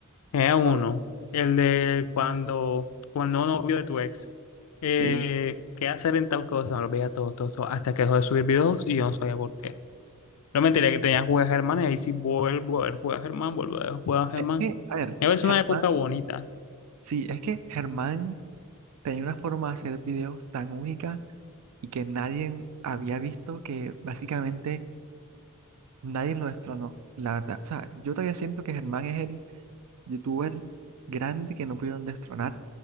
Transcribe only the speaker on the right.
todo,
sí.
Es que, a ver,
Germán,
sí, es que Germán tenía una forma de hacer videos tan única y que nadie había visto que básicamente nadie lo destronó, la verdad. O sea, yo todavía siento que Germán es el youtuber grande que no pudieron destronar